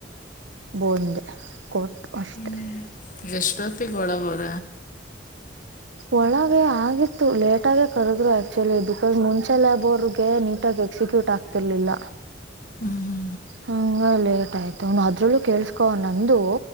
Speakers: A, on the right; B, on the left.
A: ಬಂದೆ ಕೊಟ್ ಅಷ್ಟ
B: ಹ್ಮ ಎಷ್ಟೊತ್ತ ಕೊೋಡಬೋರ
A: ಒಳಗ ಆಗಿತ್ತು ಲೇಟಾಗೇ ಕರೆದ್ರು ಆಕ್ಚುಲಿ ಬಿಕಾಸ್ ಮುಂಚೆ ಲಬ ಅವರ್ಗೆ ನೀಟಾಗಿ ಎಕ್ಸಿಕ್ಯೂಟ್ ಆಗ್ತಿರ್ಲಿಲ್ಲ
B: ಹ್ಞೂ
A: ಹಂಗ ಲೇಟ್ ಆಯ್ತು ಅದ್ರಲ್ಲೂ ಕೇಳ್ಸ್ಕೊ ನಂದು